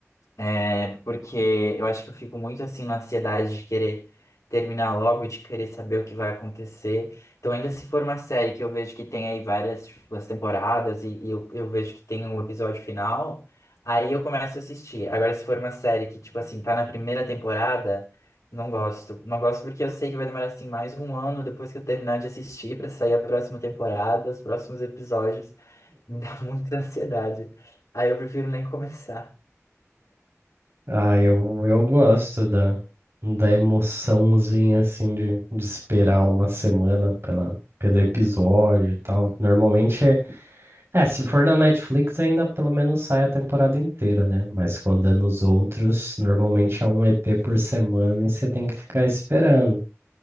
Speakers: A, on the left; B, on the right.
A: É, porque eu acho que eu fico muito assim na ansiedade de querer terminar logo, de querer saber o que vai acontecer. Então, ainda se for uma série que eu vejo que tem aí várias, tipo, as temporadas e, e eu, eu vejo que tem um episódio final, aí eu começo a assistir. Agora, se for uma série que, tipo assim, tá na primeira temporada, não gosto. Não gosto porque eu sei que vai demorar assim mais um ano depois que eu terminar de assistir pra sair a próxima temporada, os próximos episódios. <laughs> Me dá muita ansiedade. Aí eu prefiro nem começar.
B: Ah, eu, eu gosto da, da emoçãozinha, assim, de, de esperar uma semana pela, pelo episódio e tal. Normalmente é, é, se for na Netflix ainda pelo menos sai a temporada inteira, né? Mas quando é nos outros, normalmente é um EP por semana e você tem que ficar esperando.